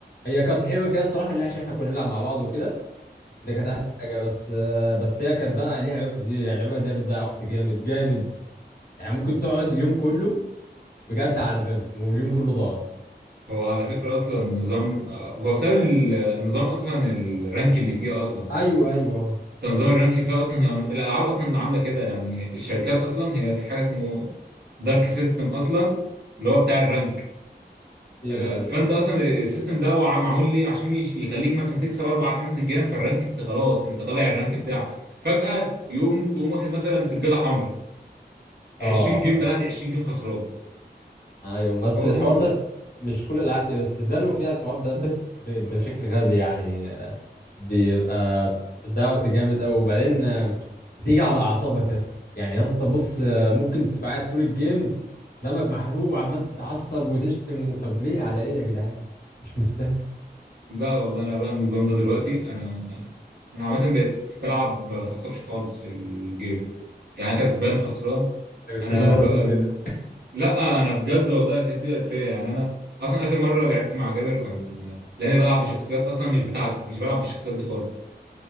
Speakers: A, on the left; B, on the right.
A: هي كانت حلوة فيها الصراحة اللي عشان احنا كنا نلعب مع بعض وكده ده كانت احلى حاجة بس آه، بس هي كانت بقى ليها عيوب كتير يعني عيوبها ان هي بتضيع وقت جامد جامد يعني ممكن تقعد اليوم كله بجد على فيلو واليوم كله ضاع
B: هو على فكرة أصلا نظام آه، هو بسبب النظام أصلا الرانك اللي فيها أصلا
A: ايوه ايوه آه.
B: تنظيم الرانك فيها أصلا هي نظ- الألعاب أصلا عاملة كده يعني الشركات أصلا هي في حاجة اسمه دارك سيستم أصلا اللي هو بتاع الرانك
A: ايه
B: آه،
A: بقى
B: فأنت
A: ده
B: أصلا السيستم ده هو معمول ليه عشان يش- يخليك مثلا تكسب أربع خمس جيم فالرانك أنت خلاص أنت طالع الرانك بتاعك فجأة يقوم تقوم واخد مثلا سجادة حمراء
A: اه
B: 20 جيم بلعت 20 جيم خسران
A: ايوه بس
B: هو
A: الحوار
B: ده
A: ده في- مش كل الالعاب كده بس فالو فيها الحوار ده ب... ب...
B: النظام
A: بشكل غبي يعني آه، بيبقى بتضيع وقت جامد قوي وبعدين آه، بتيجي على اعصابك يا اسطى يعني يا اسطى بص آه، ممكن تبقى قاعد طول الجيم دمك محروق وعمال تتعصب وتشتم و... طب ليه على ايه يا جدعان مش مستاهل
B: لا والله انا بقى النظام ده دلوقتي انا انا عامه بقيت بلعب ما بتعصبش خالص في الجيم يعني كسبان خسران
A: انت
B: انا
A: كنت كل مره
B: بقى
A: بتقول
B: من...
A: كده
B: لا انا بجد والله الحته دي بقت فيا يعني انا اصلا اخر مره لعبت مع جابر كان لاني بلعب بشخصيات اصلا مش بتاعتي مش بلعب بالشخصيات دي خالص